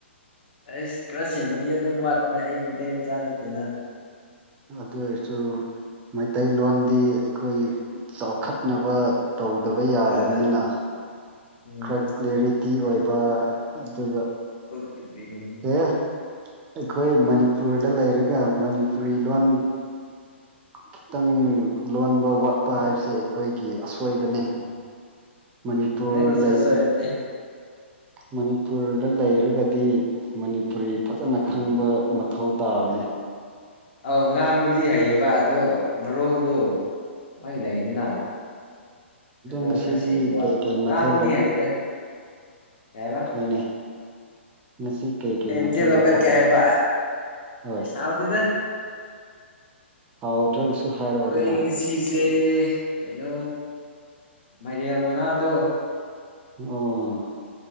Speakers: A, on the left; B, on the right.
A: ꯑꯩꯁ ꯈꯔ ꯁꯦꯡꯕꯗꯤ ꯑꯗꯨꯝ ꯋꯥꯠꯄꯅꯦ ꯑꯩ ꯃꯩꯇꯩ ꯃꯆꯥ ꯅꯠꯇꯦꯅ
B: ꯑꯗꯨ ꯑꯣꯏꯔꯁꯨ ꯃꯩꯇꯩꯂꯣꯟꯗꯤ ꯑꯩꯈꯣꯏ ꯆꯥꯎꯈꯠꯅꯕ ꯇꯧꯗꯕ ꯌꯥꯗꯕꯅꯤꯅ
A: ꯑꯥ ꯎꯝ
B: ꯈꯔ ꯀ꯭ꯦꯔꯤꯇꯤ ꯑꯣꯏꯕ ꯑꯗꯨꯒ
A: ꯑꯦꯕ
B: ꯑꯦ ꯑꯩꯈꯣꯏ ꯃꯅꯤꯄꯨꯔꯗ ꯂꯩꯔꯒ ꯃꯅꯤꯄꯨꯔꯤ ꯂꯣꯟ ꯈꯤꯇꯪ ꯂꯣꯟꯕ ꯋꯥꯠ ꯀꯄ
A: ꯎꯝ
B: ꯍꯥꯏꯕꯁꯦ ꯑꯩꯈꯣꯏꯒꯤ ꯑꯁꯣꯏꯕꯅꯤ
A: ꯎꯝ
B: ꯃꯅꯤꯄꯨꯔ
A: ꯎꯝ ꯅꯪꯒꯤꯁꯨ
B: ꯂꯩꯕ
A: ꯑꯁꯣꯏꯕꯅꯦ
B: ꯃꯅꯤꯄꯨꯔꯗ ꯂꯩꯔꯒꯗꯤ ꯃꯅꯤꯄꯨꯔꯤ ꯐꯖꯅ
A: ꯎꯝ
B: ꯈꯪꯕ ꯃꯊꯧ ꯇꯥꯕꯅꯦ
A: ꯑꯧ ꯉꯥꯡꯕꯗꯤ ꯍꯩꯌꯦꯕ ꯑꯗꯣ ꯃꯔꯣꯜꯗꯨ ꯃꯥꯏ ꯂꯩꯗꯅ ꯑꯗꯣ
B: ꯉꯁꯤꯗꯤ
A: ꯈꯔ ꯁꯦꯡꯕ ꯋꯥꯠꯄ
B: ꯀꯩꯀꯩ
A: ꯉꯥꯡꯕꯗꯤ
B: ꯃꯊꯦꯜ
A: ꯌꯥꯏꯗ ꯀꯩ ꯍꯥꯏꯕ
B: ꯍꯣꯏꯅꯦ ꯉꯁꯤ ꯀꯩꯀꯩ
A: ꯀꯩ ꯃꯊꯦꯜ ꯂꯧꯈꯠꯀꯦ
B: ꯂꯧꯈꯠꯂꯦ
A: ꯍꯥꯏꯕ
B: ꯍꯣꯏ
A: ꯅꯠꯇꯦꯗ ꯑꯩꯈꯣꯏ
B: ꯍꯥꯎꯇ꯭ꯔꯒꯁꯨ ꯍꯥꯏꯔꯛꯑꯣꯗꯅ
A: ꯉꯁꯤ ꯏꯆꯦ ꯀꯩꯅꯣ ꯃꯥꯏꯔꯦꯟ ꯃꯅꯥꯗꯣ
B: ꯑꯣ